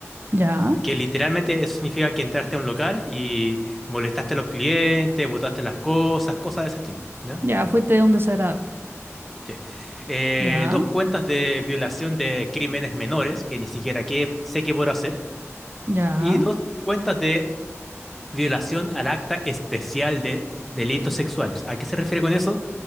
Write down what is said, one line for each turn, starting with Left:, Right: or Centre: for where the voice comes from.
Right: ya,
Centre: Que literalmente eso significa que entraste a un local y molestaste a los clientes, botaste las cosas, cosas de ese estilo, ¿ya?
Right: ya, fuiste un desagradable.
Centre: Sí. Eh,
Right: Ya,
Centre: dos cuentas de violación de crímenes menores, que ni siquiera que- sé qué puedo hacer,
Right: ya,
Centre: y dos cuentas de violación al acta especial de delitos sexuales. ¿A qué se refiere con eso?